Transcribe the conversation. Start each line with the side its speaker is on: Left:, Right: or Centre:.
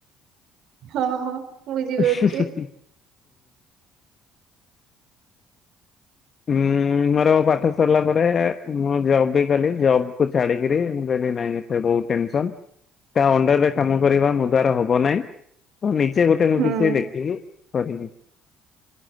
Right: ହଁ ହଁ, ବୁଝିପାରୁଛି।
Left: ହୁଁ, ହୁଁ-ଉ-ଉ-ଉ, ମୋର ପାଠ ସରିଲା ପରେ ମୁଁ ଜବ୍ ବି କଲି ଜବ୍ କୁ ଛାଡିକରି ମୁଁ କହିଲି ନାଇଁ ସେ ବହୁ ଟେନସନ କା ଅଣ୍ଡରରେ କାମ କରିବା ମୋ ଦ୍ଵାରା ହବ ନାହିଁ। ହଁ ନିଜେ ଗୋଟେ ମୁଭିିସ
Right: ହୁଁ
Left: ଦେଖିକି କରିବି।